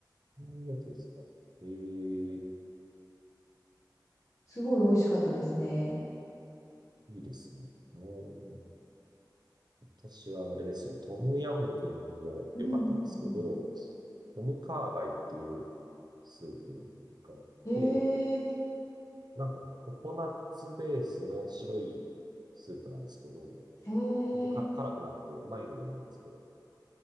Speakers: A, on the right; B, on the left.
A: ういうやつですか。ええ
B: すごい美味しかったですね。
A: いいですね。うん私はあれですよ、トムヤムクンも良かったんですけど、
B: うんうん
A: トムカーガイっていうスープがあって、
B: うん。へえ、
A: なんかココナッツベースの白いスープなんですけど、
B: へえ。
A: 全然か辛くなくてマイルドなやつで、